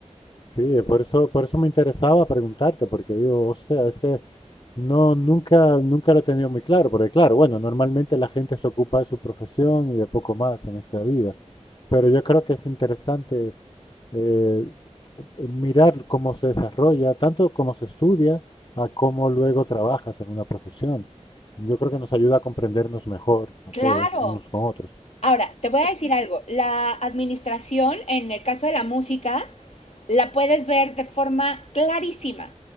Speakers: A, on the left (about 40°); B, on the left (about 65°).
A: Sí, por eso, por eso me interesaba preguntarte, porque digo, hostia, es que no, nunca, nunca lo he tenido muy claro, porque claro, bueno, normalmente la gente se ocupa de su profesión y de poco más en esta vida, pero yo creo que es interesante eh, eh, mirar cómo se desarrolla, tanto cómo se estudia, a cómo luego trabajas en una profesión. Yo creo que nos ayuda a comprendernos mejor a
B: Claro,
A: todos, unos con otros.
B: Ahora, te voy a decir algo. La administración, en el caso de la música, la puedes ver de forma clarísima.